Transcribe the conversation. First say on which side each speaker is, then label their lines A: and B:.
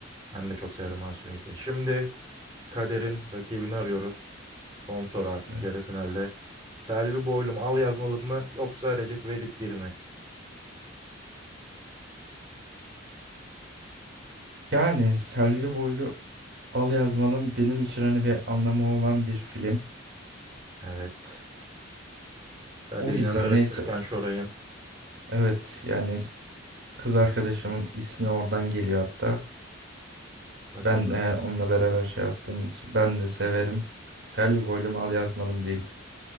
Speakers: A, on the right (about 20°); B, on the right (about 60°).
A: ben de çok severim Masumiyet'i. Şimdi Kader'in rakibini arıyoruz. Son soru artık
B: Evet.
A: yarı finalde. Selvi Boylum al yazmalı mı yoksa Recep İvedik bir mi?
B: Yani Selvi Boylu Al Yazmalım benim için hani bir anlamı olan bir film.
A: Evet. Kadir
B: O yüzden
A: İnanır ve
B: neyse.
A: Türkan Şoray'ın.
B: Evet yani kız arkadaşımın ismi oradan geliyor hatta.
A: Bakalım.
B: Ben eğer onunla beraber şey yaptığımız ben de severim. Selvi Boylum Al Yazmalım diyeyim.